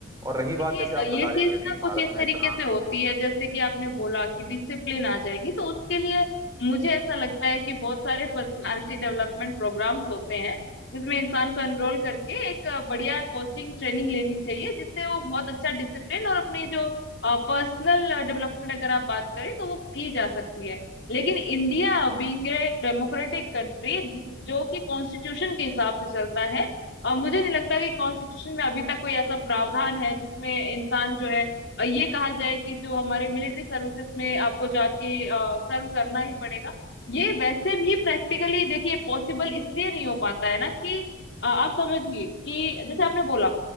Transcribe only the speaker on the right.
और रही
बात जैसे आप बता
रहे हैं कि अभी
भारत
में
इतना